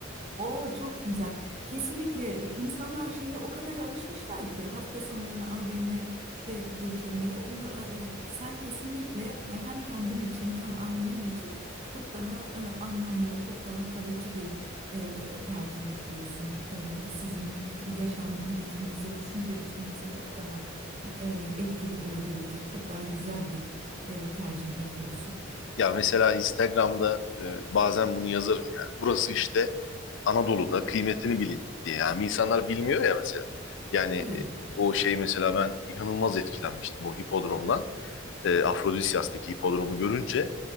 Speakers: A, on the right; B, on the left.
A: Oo çok güzel. Kesinlikle e, insanlar şeye o kadar alışmışlar ki hafta sonlarını AVM'de geçirmeye. Bu, e, e, Sen kesinlikle hem kendin için hem ailen için çok daha e, anlamlı, çok daha kalıcı bir e, tercih yapıyorsun. E, Sizin e, yaşam biçiminize, düşünce biçiminize çok daha e, etkili olabilecek, çok daha güzel bir e, tercih yapıyorsun.
B: Ya mesela Instagram'da e, bazen bunu yazarım yani. Burası işte Anadolu'da kıymetini bilin diye. Yani insanlar bilmiyor ya mesela. Yani e,
A: Evet,
B: o şey mesela ben inanılmaz etkilenmiştim o hipodromdan. E, Afrodisyas'taki hipodromu görünce.